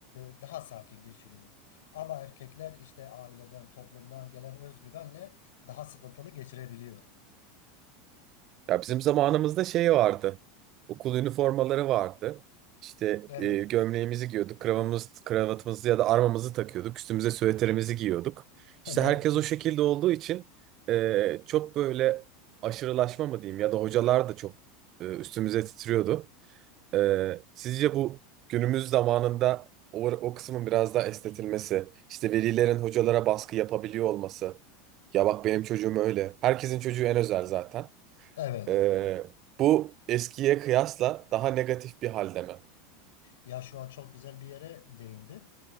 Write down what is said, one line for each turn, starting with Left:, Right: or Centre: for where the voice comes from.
Left: e, daha sakin geçiriyor. Ama erkekler işte aileden, toplumdan gelen özgüvenle daha sıkıntılı geçirebiliyor.
Right: Ya bizim zamanımızda şey vardı. Okul üniformaları vardı. İşte
Left: Evet.
Right: e, gömleğimizi
Left: <laughs>
Right: giyiyorduk, kravamız, kravatımızı ya da armamızı takıyorduk, üstümüze süveterimizi giyiyorduk.
Left: Ne?
Right: İşte herkes o şekilde olduğu için e, çok böyle aşırılaşma mı diyeyim ya da hocalar da çok e, üstümüze titriyordu. Ee, sizce bu günümüz zamanında o, o kısmın biraz daha estetilmesi, işte velilerin hocalara baskı yapabiliyor olması. Ya bak benim çocuğum öyle. Herkesin çocuğu en özel zaten.
Left: Evet.
Right: Ee, bu eskiye kıyasla daha negatif bir halde mi?
Left: Ya şu an çok güzel bir yere değindin.